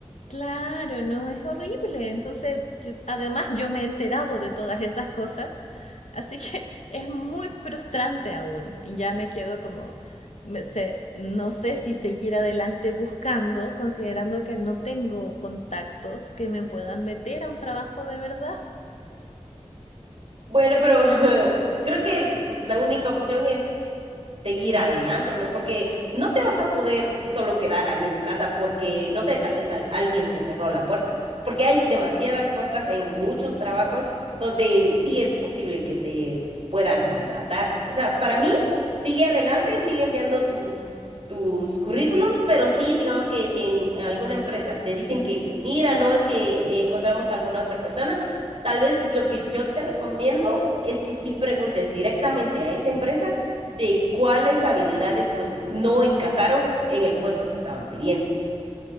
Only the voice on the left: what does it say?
Claro, no, es horrible. Entonces, yo- además yo me he enterado de todas esas cosas, así que <laughs> es muy frustrante aún. Y ya me quedo como, me sé- no sé si seguir adelante buscando, considerando que no tengo contactos que me puedan meter a un trabajo de verdad.